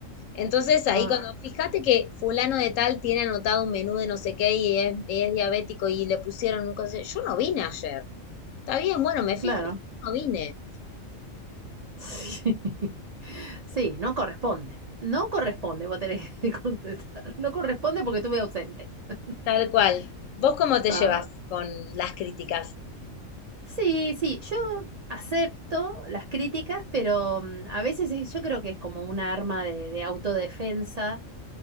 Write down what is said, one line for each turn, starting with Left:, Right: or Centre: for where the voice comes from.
Left: Entonces
Right: Ah,
Left: ahí cuando, fíjate que fulano de tal tiene anotado un menú de no sé qué y es, y es diabético y le pusieron un cosa, yo no vine ayer, está bien, bueno, me
Right: claro.
Left: fijo, pero yo no vine,
Right: Sí. Sí, no corresponde. No corresponde, vos tenés que <laughs> contestar. No corresponde porque estuve ausente. <laughs>
Left: tal cual. ¿Vos cómo te
Right: Ah,
Left: llevas con las críticas?
Right: Sí, sí, yo acepto las críticas, pero mm, a veces es- yo creo que es como una arma de, de autodefensa,